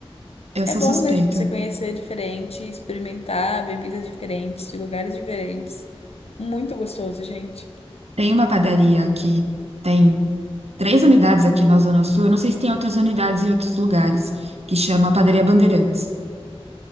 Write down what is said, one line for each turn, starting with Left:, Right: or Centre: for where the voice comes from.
Right: Eu
Left: É
Right: sou
Left: bom,
Right: suspeita.
Left: né? Tipo, você conhecer diferente, experimentar bebidas diferentes, de lugares diferentes. Muito gostoso, gente.
Right: Tem uma padaria que tem três unidades aqui na Zona Sul. Eu não sei se tem outras unidades em outros lugares, que chama Padaria Bandeirantes.